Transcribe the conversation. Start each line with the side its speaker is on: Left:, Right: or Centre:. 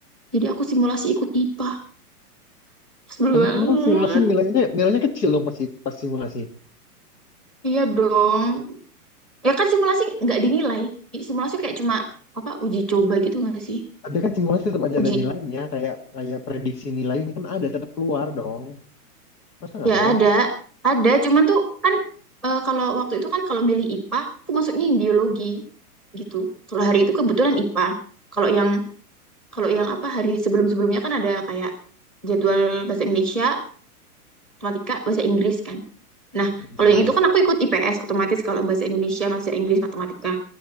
Centre: Jadi aku simulasi ikut IPA. Sebel
Left: tapi
Centre: banget.
Left: kamu simulasi nilainya nilainya kecil dong pasti pas simulasi.
Centre: Iya dong. Ya kan simulasi nggak dinilai. Simulasi kayak cuma apa uji coba gitu nggak sih?
Left: Tapi kan simulasi tetap aja
Centre: Uji
Left: ada nilainya, kayak kayak prediksi nilainya kan ada tetap keluar dong. Masa nggak
Centre: Ya
Left: ada?
Centre: ada, ada. Cuman tuh kan eh, kalau waktu itu kan kalau milih IPA, aku masuknya yang biologi gitu. Kalau hari itu kebetulan IPA. Kalau yang kalau yang apa hari sebelum-sebelumnya kan ada kayak jadwal bahasa Indonesia, matematika, bahasa Inggris kan. Nah,
Left: Hmm.
Centre: kalau yang itu kan aku ikut IPS otomatis kalau bahasa Indonesia, bahasa Inggris, matematika.